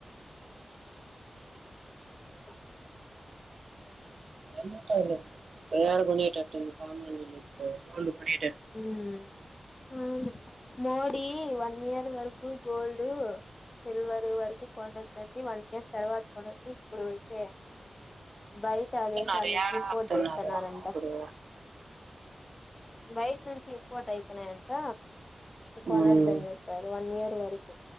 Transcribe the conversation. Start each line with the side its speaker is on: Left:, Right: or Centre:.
Left: స
Right: ఎంతుంటాది యాడ కొనేటట్టు ఉంది సామి విళ్ళిప్పుడు గోల్డ్ కొనే
Left: ఉమ్ అవును మోడి వ ఇయర్ వరకు గోల్డ్, సిల్వర్ వరకు కొన అన్ సర్వాత కొ శ బయట
Right: చెప్తున్నారు
Left: దేశాల నుంచి
Right: ఏడ
Left: ఇంపోర్ట్
Right: ఆపుతున్నారు
Left: చేస్తున్నారంట
Right: ఇప్పుడు
Left: బయట్ నుంచి ఇంపోర్ట్ అయితున్నాయంట కొనొద్దని
Right: మ్మ్
Left: చెప్పారు వన్ ఇయర్ వరకు